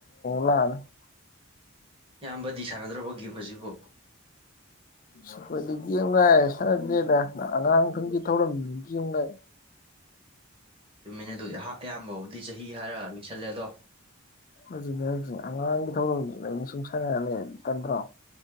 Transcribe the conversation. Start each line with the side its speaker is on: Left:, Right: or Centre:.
Left: ꯂ <unintelligible>
Right: ꯏꯌꯥꯝꯕꯗꯤ ꯁꯥꯟꯅꯗ꯭ꯔꯕ ꯒꯦꯝꯒ ꯁꯤꯕꯨ
Left: ꯁꯄꯣꯏꯗꯤ ꯀ ꯑꯃ ꯉꯥꯏ ꯁꯥꯟꯅꯗ꯭ꯔꯦꯗ ꯑꯉꯥꯡ ꯈꯨꯒꯤ ꯊꯧꯔꯝꯗꯨ ꯑꯃ ꯉꯥꯏ
Right: ꯆꯨꯝꯃꯤꯅꯦ ꯑꯗꯨꯍ ꯑꯌꯥꯝꯕꯕꯨꯗꯤ ꯆꯍꯤ ꯍꯥꯏꯔꯛꯑꯅꯤ ꯄꯨꯁꯜꯂꯦꯗꯣ
Left: ꯑꯗꯨꯅꯦ ꯍꯥꯏꯁꯦ ꯑꯉꯥꯡꯒꯤ ꯊꯧꯔꯝꯗꯨꯗ ꯑꯩꯅ ꯁꯨꯝ ꯁꯥꯟꯅꯔꯅꯤ ꯇꯟꯗꯔꯣ